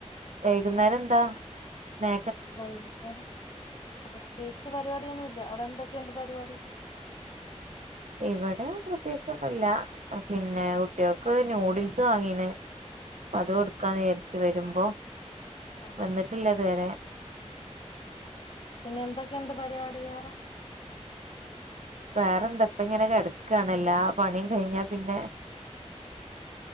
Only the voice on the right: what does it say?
വൈകുന്നേരം എന്താ സ്നാ
ഇവടെ പ്രത്യേകിച്ചൊന്നുല്ല. പിന്നെ കുട്ടിയോ ക്ക് ന്യൂഡിൽസ് വാങ്ങീണ്. അപ്പ
അത് കൊടുക്കാന്ന് രാര്ച്ചു വരുമ്പോ
വന്നിട്ടില്ലെതുവരെ
വേറെന്തപ്പ ഇങ്ങനെ കെടക്കാണ്. എല്ലാ പണിയും കഴിഞ്ഞാ പിന്നെ